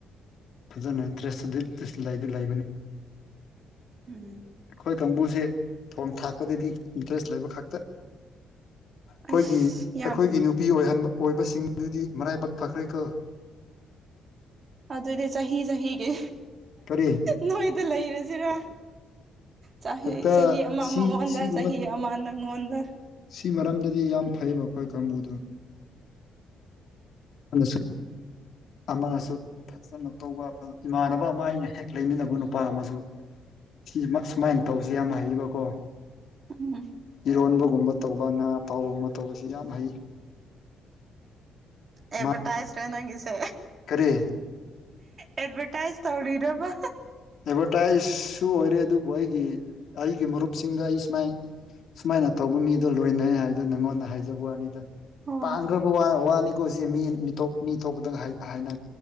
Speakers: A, on the left; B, on the right.
A: ꯐꯖꯅ ꯏꯟꯇꯔꯦꯁꯇꯨꯗꯤ ꯂꯩꯗꯤ ꯂꯩꯕꯅꯤ
B: ꯎꯝ
A: ꯑꯩꯈꯣꯏ ꯀꯥꯡꯕꯨꯁꯦ ꯊꯣꯡ ꯊꯥꯛꯄꯗꯗꯤ ꯏꯟꯇꯔꯦꯁ ꯂꯩꯕ ꯈꯛꯇ ꯑꯩꯈꯣꯏꯒꯤ
B: ꯑꯩꯁ
A: ꯑꯩꯈꯣꯏꯒꯤ
B: ꯌꯥꯝ
A: ꯅꯨꯄꯤ ꯑꯣꯏꯍꯟ ꯑꯣꯏꯕꯁꯤꯡꯗꯨꯗꯤ ꯃꯔꯥꯏꯕꯛ ꯐꯈ꯭ꯔꯦ ꯀꯣ
B: ꯑꯗꯨꯗꯤ ꯆꯍꯤ ꯆꯍꯤꯒꯤ
A: ꯀꯔꯤ
B: ꯅꯣꯏꯗ ꯂꯩꯔꯁꯤꯔꯥ ꯆꯍꯤ
A: ꯍꯦꯛꯇ
B: ꯆꯍꯤ ꯑꯃ
A: ꯁꯤ
B: ꯃꯉꯣꯟꯗ
A: ꯁꯤꯒꯨꯝꯕ
B: ꯆꯍꯤ ꯑꯃ ꯅꯪꯉꯣꯟꯗ
A: ꯁꯤ ꯃꯔꯝꯗꯗꯤ ꯌꯥꯝ ꯐꯩꯕ ꯑꯩꯈꯣꯏ ꯀꯥꯡꯕꯨꯗꯣ ꯑꯃꯁꯨ ꯑꯃꯁꯨ ꯐꯖꯅ ꯇꯧꯕ ꯏꯃꯥꯟꯅꯕ ꯑꯃ ꯑꯩꯅ ꯍꯦꯛ ꯂꯩꯃꯤꯟꯅꯕ ꯅꯨꯄꯥ ꯑꯃꯁꯨ ꯁꯤ ꯁꯨꯃꯥꯏꯅ ꯇꯧꯕꯁꯤ ꯌꯥꯝ ꯍꯩꯕꯀꯣ
B: ꯎꯝ
A: ꯏꯔꯣꯟꯕꯒꯨꯝꯕ ꯇꯧꯕ ꯉꯥ ꯑꯇꯥꯎꯕꯒꯨꯝꯕ ꯇꯧꯕꯁꯤ ꯌꯥꯝ ꯍꯩ
B: ꯑꯦꯠꯚꯔꯇꯥꯏꯁꯔ
A: ꯃꯥ
B: ꯅꯪꯒꯤꯁꯦ
A: ꯀꯔꯤ
B: ꯑꯦꯠꯚꯔꯇꯥꯏꯁ ꯇꯧꯔꯤꯔꯕ
A: ꯑꯦꯗꯚꯔꯇꯥꯏꯁꯁꯨ ꯑꯣꯏꯔꯦ ꯑꯗꯨꯕꯨ ꯑꯩꯒꯤ ꯑꯩꯒꯤ ꯃꯔꯨꯞꯁꯤꯡꯗ ꯑꯩ ꯁꯨꯃꯥꯏ ꯁꯨꯃꯥꯏꯅ ꯇꯧꯕ ꯃꯤꯗꯣ ꯂꯣꯏꯅꯩ ꯍꯥꯏꯕꯗꯨ ꯅꯪꯉꯣꯟꯗ ꯍꯥꯏꯖꯕ ꯋꯥꯅꯤꯗ
B: ꯑꯣ
A: ꯇꯥꯡꯈ꯭ꯔꯕ ꯋꯥ ꯋꯥꯅꯤꯀꯣ ꯁꯤ ꯃꯤ ꯃꯤꯇꯣꯞ ꯃꯤ ꯑꯇꯣꯞꯄꯗ ꯍꯥꯏ ꯍꯥꯏꯅ